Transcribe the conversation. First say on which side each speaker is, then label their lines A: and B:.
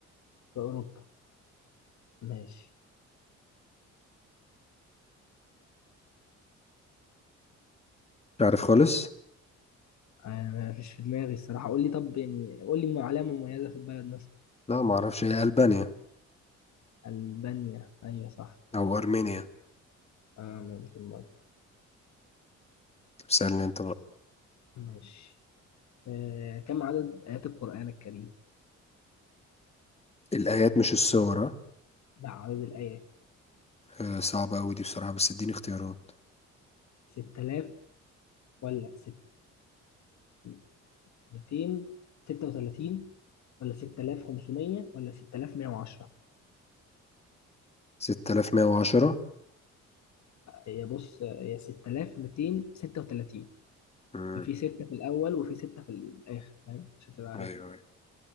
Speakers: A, on the left; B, on the left.
A: في اوروبا ماشي
B: تعرف خالص
A: انا ما فيش في دماغي الصراحة قول لي طب يعني قول لي علامة مميزة في البلد
B: لا ما اعرفش هي ألبانيا
A: ألبانيا أيوة صح
B: أو أرمينيا
A: آه ممكن برضه
B: طب سألني انت بقى
A: ماشي آه كم عدد آيات القرآن الكريم؟
B: الآيات مش السور ها؟
A: لا عدد الآيات
B: آه، صعبة أوي دي بصراحة بس اديني اختيارات
A: 6000 ولا 6236 ولا 6500 ولا 6110
B: 6110
A: هي بص هي 6236
B: امم
A: ففي ستة في الأول وفي ستة في الآخر فاهم مش هتبقى عارفها
B: ايوه ايوه